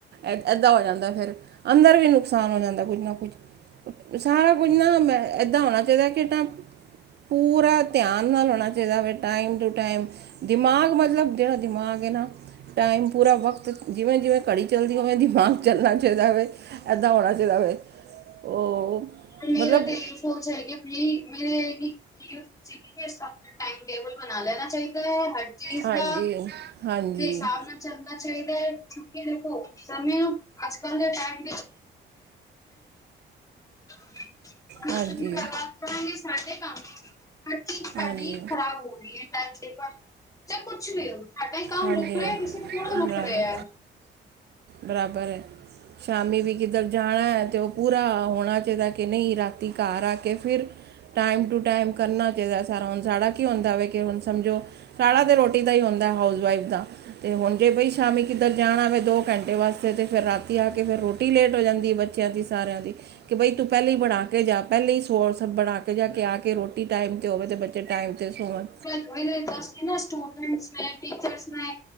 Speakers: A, on the right; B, on the left.
A: ਇ ਏਦਾਂ ਹੋ ਜਾਂਦਾ ਫੇਰ, ਅੰਦਰ ਵੀ ਨੁਕਸਾਨ ਹੋ ਜਾਂਦਾ ਕੁੱਝ ਨਾ ਕੁੱਝ ਸਾਰਾ ਕੁੱਝ ਨਾ ਮੈਂ ਏਦਾਂ ਹੋਣਾ ਚਾਹੀਦਾ ਕਿਦਾਂ ਪੂਰਾ ਧਿਆਨ ਨਾਲ ਹੋਣਾ ਚਾਹੀਦਾ ਵੇ ਟਾਈਮ ਟੂ ਟਾਈਮ ਦਿਮਾਗ ਮਤਲਬ ਜਿਹੜਾ ਦਿਮਾਗ ਐ ਨਾ ਟਾਈਮ ਪੂਰਾ ਵਕਤ ਜਿਵੇਂ-ਜਿਵੇਂ ਘੜੀ ਚੱਲਦੀ ਉਵੇਂ ਦਿਮਾਗ ਚੱਲਣਾ ਚਾਹੀਦਾ ਹੋਵੇ। ਇੱਦਾਂ ਹੋਣਾ ਚਾਹੀਦਾ ਵੇ, ਉਹ
B: ਤੇ ਮੇਰਾ
A: ਮਤਲਬ
B: ਤੇ ਇਹ ਸੋਚ ਹੈਗੀ ਐ ਕਿ <unintelligible> ਟਾਈਮ ਟੇਬਲ ਬਣਾ ਲੈਣਾ ਚਾਹੀਦਾ ਐ ਹਰ ਚੀਜ਼
A: ਹਾਂਜੀ
B: ਦਾ,
A: ਹਾਂਜੀ
B: ਉਹਦੇ ਹਿਸਾਬ ਨਾਲ ਚੱਲਣਾ ਚਾਹੀਦਾ ਕਿਉਂਕਿ ਦੇਖੋ ਤਾ ਵੀ ਅੱਜ-ਕੱਲ ਦਾ ਟਾਈਮ <unintelligible> ਆਪ
A: ਹਾਂਜੀ
B: ਤੋਂ ਵੀ ਬਰਬਾਦ ਕਰਾਂਗੇ ਸਾਡੇ ਕੰਮ ਹਰ ਚੀਜ਼ ਸਾਡੀ
A: ਹਾਂਜੀ
B: ਖ਼ਰਾਬ ਹੋ ਰੀ ਐ। <unintelligible> ਪੁੱਛ ਲਿਓ ਸਾਡਾ ਕੰਮ
A: ਹਾਂਜੀ
B: ਰੁਕ ਰਿਆ ਕਿਸੇ ਤੋਂ ਥੋੜਾ ਰੁਕ
A: ਬਰਾਬਰ
B: ਰਿਆ।
A: ਬਰਾਬਰ ਐ, ਸ਼ਾਮੀ ਵੀ ਕਿੱਧਰ ਜਾਣਾ ਏ ਤੇ ਉਹ ਪੂਰਾ ਹੋਣਾ ਚਾਹੀਦਾ ਕਿ ਨਈ ਰਾਤੀ ਘਰ ਆ ਕੇ ਫਿਰ ਟਾਈਮ ਟੂ ਟਾਈਮ ਕਰਨਾ ਚਾਹੀਦਾ ਸਾਰਾ ਹੁਣ ਸਾੜਾ ਕੀ ਹੁੰਦਾ ਵੇ ਕਿ ਹੁਣ ਸਮਝੋ, ਕਾਲਾ ਤੇ ਰੋਟੀ ਦਾ ਹੀ ਹੁੰਦਾ ਏ ਹਾਊਸਵਾਈਫ ਦਾ। ਤੇ ਹੁਣ ਜੇ ਬਾਈ ਸ਼ਾਮੀ ਕਿੱਧਰ ਜਾਣਾ ਵੇ ਦੋ ਘੰਟੇ ਵਾਸਤੇ ਤੇ ਫਿਰ ਰਾਤੀ ਆ ਕੇ ਫਿਰ ਰੋਟੀ ਟੀ ਲੇਟ ਜਾਂਦੀ ਐ, ਬੱਚਿਆਂ ਦੀ ਸਾਰਿਆਂ ਦੀ। ਕਿ ਬਈ ਤੂੰ ਪਹਿਲੇ ਈ ਬਣਾ ਕੇ ਜਾ ਪਹਿਲੇ ਈ ਸੋ ਬਣਾ ਕੇ ਜਾ ਕੇ ਆ ਕੇ ਰੋਟ ਟੀ ਟਾਈਮ ਤੇ ਹੋਵੇ ਤੇ ਬੱਚੇ ਟਾਈਮ ਤੇ ਸੋਣ।
B: ਪ ਦੱਸ ਨਾ ਸਟੂਡੈਂਟਸ ਨੇ ਟੀਚਰਸ ਨੇ,